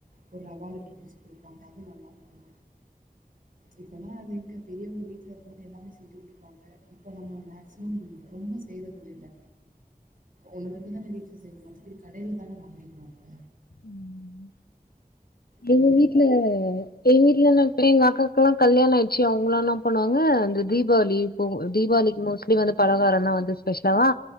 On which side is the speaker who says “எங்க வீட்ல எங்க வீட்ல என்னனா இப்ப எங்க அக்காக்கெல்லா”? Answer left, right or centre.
Left